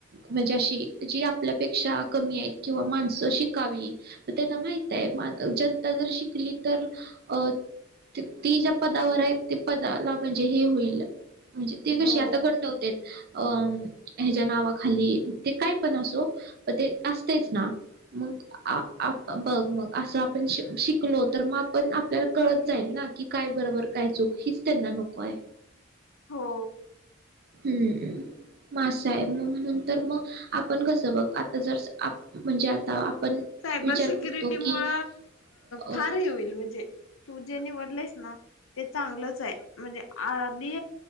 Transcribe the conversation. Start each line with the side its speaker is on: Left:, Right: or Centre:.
Right: म्हणजे अशी जी आपल्यापेक्षा कमी आहेत, किंवा माणसं शिकावी त्यांना माहित आहे जनता जर शिकली तर अ ती ज्या पदावर आहे ते पदाला म्हणजे हे होईल म्हणजे ती कशी
Left: हो
Right: आता गंटवते अ ह्याच्या नावाखाली ते काय पण असो प ते असतेच ना मगं बघ मगं असं आपण शिकलो तर मगं आपण आपला कळत जाईल ना की काय बरोबर काय चूक हीच त्यांना नको आहे
Left: हो.
Right: हम्म! मासाय मगं म्हण मगं आपण कस बघं आता जर म्हणजे आता आपण
Left: सायबर
Right: विचार
Left: सिक्युरिटी
Right: करतो की
Left: मुळ
Right: अ
Left: फार हे होईल म्हणजे तू जे निवडलेस ना ते चांगलंच आहे म्हणजे आधी,